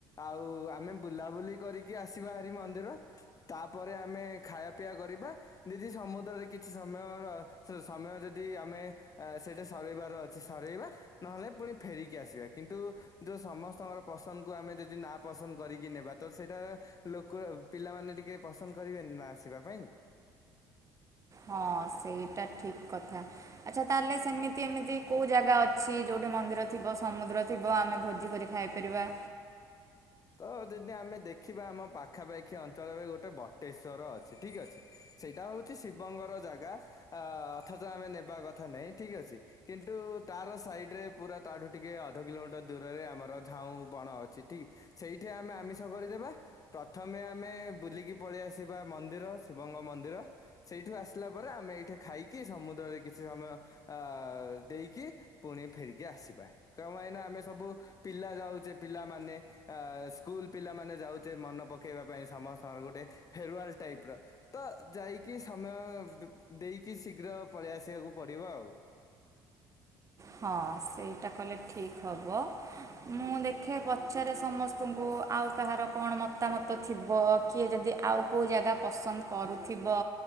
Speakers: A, on the left; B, on the right.
A: ଆଉ ଆମେ ବୁଲାବୁଲି କରିକି ଆସିବା ହେରି ମନ୍ଦିର। ତାପରେ ଆମେ ଖାୟା ପିଆ କରିବା। ଦିଦି ସମୁଦ୍ରରେ କିଛି ସମୟର ସ-ସମୟ ଯଦି ଆମେ ଆ ସେଇଟା ସରେଇବାର ଅ ଛି ସରେଇବା ନହେଲେ ପୁଣି ଫେରିକି ଆସିବା କିନ୍ତୁ। ଯୋଉ ସମସ୍ତଙ୍କର ପସନ୍ଦକୁ ଆମେ ଯଦି ନା ପସନ୍ଦ କରିକି ନେବା ତ ସେଇଟା। ଲୋକ ପିଲାମାନେ ଟିକେ ପସନ୍ଦ କରିବେନି ନା ଆସିବା ପାଇଁ।
B: ହଁ ସେଇଟା ଠିକ୍ କଥା। ଆଚ୍ଛା ତା ହେଲେ ସେମିତି ଏମିତି କେଉ ଜାଗା ଅଛି ଯଉଠି ମନ୍ଦିର ଥିବ, ସମୁଦ୍ର ଥିବ ଆମେ ଭୋଜି କରି ଖାଇ ପାରିବା।
A: ତ ଯଦି ଆମେ ଦେଖିବା ଆମ ପାଖାପାଖି ଅଞ୍ଚଳରେ ଗୋଟେ ବଟେଶ୍ଵର ଅଛି ଠିକ ଅଛି। ସେଇଟା ହଉଛି ଶିବଙ୍ଗର ଜାଗା ଆ ଅଥଚ ଆମେ ନେବା କଥା ନାହିଁ ଠିକ ଅଛି। କିନ୍ତୁ ତାର ସାଇଡରେ ପୁରା ତାଠୁ ଟିକେ ଅଧ କିଲୋମିଟର ଦୂରରେ ଆମର ଝାଉଁ ବଣ ଅଛି ଠିକ। ସେଇଠି ଆମେ ଆମିଷ କରିଦେବା। ପ୍ରଥମେ ଆମେ ବୁଲିକି ପଳେଇ ଆସିବା ମନ୍ଦିର ଶିବଙ୍କ ମନ୍ଦିର। ସେଇଠୁ ଆସିଲା ପରେ ଆମେ ଏଇଠେ ଖାଇକି ସମୁଦ୍ରରେ କିଛି ସମୟ ଆ ଦେଇକି। ପୁଣି ଫେରିକି ଆସିବା କଣ ପାଇଁ ନା ଆମେ ସବୁ ପିଲା ଯାଉଛେ ପିଲାମାନେ। ଆ ସ୍କୁଲ ପିଲାମାନେ ଯାଉଛେ ମନ ପକେଇବା ପାଇଁ ସମସ୍ତଙ୍କର ଗୋଟେ ଫେରୱାଲ ଟାଇପ ର। ତ ଯାଇକି ସମୟ ବୁ ଦେଇକି ଶୀଘ୍ର ପଳେଇ ଆସିବାକୁ ପଡିବ ଆଉ।
B: ହଁ ସେଇଟା କଲେ ଠିକ ହବ। ମୁଁ ଦେଖେ ପଚାରେ ସମସ୍ତଙ୍କୁ ଆଉ କାହାର କଣ ମତାମତ ଥିବ। କିଏ ଯଦି ଆଉ କୋଉ ଜାଗା ପସନ୍ଦ କରୁଥିବ।